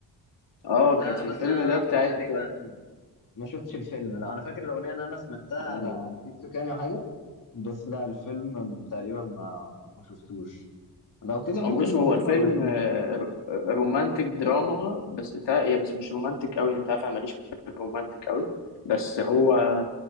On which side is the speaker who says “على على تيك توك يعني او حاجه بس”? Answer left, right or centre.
Left